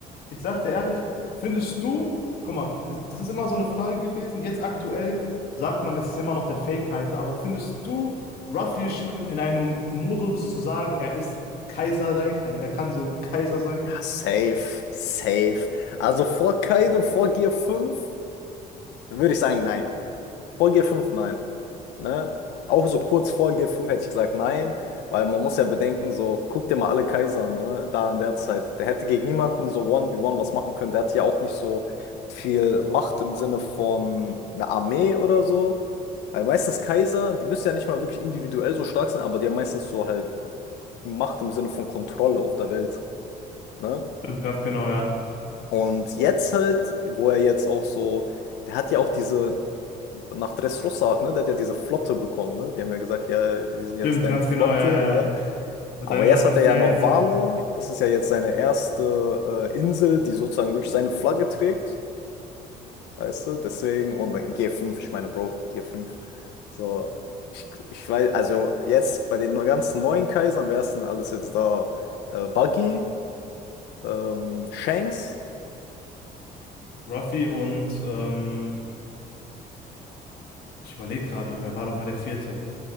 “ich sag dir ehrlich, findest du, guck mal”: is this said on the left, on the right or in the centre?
Left